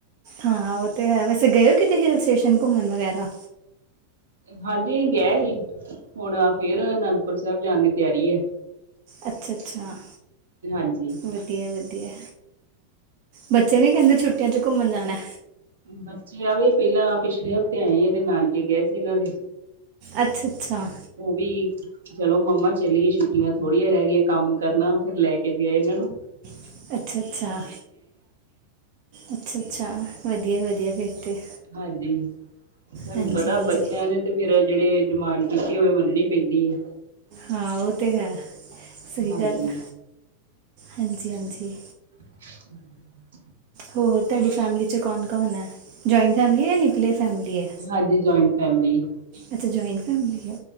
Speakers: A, on the right (about 45°); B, on the right (about 70°).
A: ਹਾਂ ਉਹ ਤੇ ਹੈ ਵੈਸੇ ਗਏ ਹੋ ਕਿਤੇ ਹਿਲ ਸਟੇਸ਼ਨ ਘੁੰਮਣ ਵਗੈਰਾ।
B: ਹਾਂਜੀ ਗਿਆ ਸੀ ਹੁਣ ਫੇਰ ਅਨੰਦਪੁਰ ਸਾਹਿਬ ਜਾਣ ਦੀ ਤਿਆਰੀ ਹੈ।
A: ਅੱਛਾ- ਅੱਛਾ।
B: ਹਾਂਜੀ
A: ਵਧੀਆ- ਵਧੀਆ ਬੱਚੇ ਨੀ ਕਹਿੰਦੇ ਛੁੱਟੀਆਂ ਚ ਘੁੰਮਣ ਜਾਣਾ।
B: ਬੱਚੇ ਆਵੇ ਪਹਿਲਾਂ ਪਿਛਲੇ ਹਫ਼ਤੇ ਆਏ ਆ ਤੇ ਨਾਨਕੇ ਗਏ ਸੀ ਇਹਨਾਂ ਦੇ।
A: ਅੱਛਾ -ਅੱਛਾ।
B: ਉਹ ਵੀ ਚਲੋ ਮੰਮਾ ਚੱਲਿਏ ਛੁੱਟੀਆਂ ਥੋੜ੍ਹੀਆਂ ਰਹਿ ਗਈਆਂ ਕੰਮ ਕਰਨਾ ਫਿਰ ਲੈ ਕੇ ਗਏ ਨੇ ਨਾ
A: ਅੱਛਾ -ਅੱਛਾ, ਅੱਛਾ- ਅੱਛਾ, ਵਧੀਆ -ਵਧੀਆ ਫਿਰ ਤੇ।
B: ਹਾਂਜੀ ਤੁਹਾਨੂੰ
A: ਹਾਂਜੀ
B: ਪਤਾ
A: ਹਾਂਜੀ
B: ਬੱਚਿਆਂ ਨੇ ਤੇ ਫੇਿਰ ਜਿਹੜੇ ਡਿਮਾਂਡ ਕੀਤੀ ਹੋਏ ਉਹ ਮੰਨਣੀ ਪੇਂਦੀ ਏ।
A: ਹਾਂ ਉਹ ਤੇ ਹੈ ਸਹੀ
B: ਹਾਂਜੀ
A: ਗੱਲ ਹੈ ਹਾਂਜੀ-ਹਾਂਜੀ।
B: <unintelligible>
A: ਹੋਰ ਤੁਹਾਡੀ ਫੈਮਿਲੀ ਚ ਕੌਣ -ਕੌਣ ਐ? ਜੋਇੰਟ ਫੈਮਲੀ ਐ ਯਾ ਨਿਊਕਲੀਅਰ ਫੈਮਿਲੀ ਐ?
B: ਹਾਂਜੀ ਜੋਇੰਟ ਫੈਮਿਲੀ ਏ।
A: ਅੱਛਾ ਜੋਇੰਟ ਫੈਮਿਲੀ ਐ।